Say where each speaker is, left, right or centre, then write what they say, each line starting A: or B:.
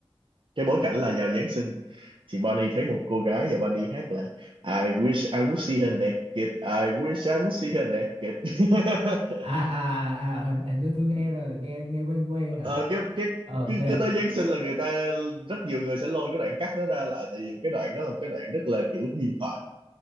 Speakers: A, on the right; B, on the right.
A: cái bối cảnh là vào Giáng sinh thì Bonnie thấy một cô gái và Bonnie hát là I wish I would see her naked I wish I would see her naked <laughs>
B: à à à à, hình hình như tôi nghe rồi nghe nghe quen quen
A: Ờ,
B: à
A: cái cái
B: ok
A: cứ, cứ tới Giáng sinh là người ta rất nhiều người sẽ lôi cái đoạn cắt đó ra lại tại vì một cái đoạn đó là một cái đoạn rất là kiểu huyền thoại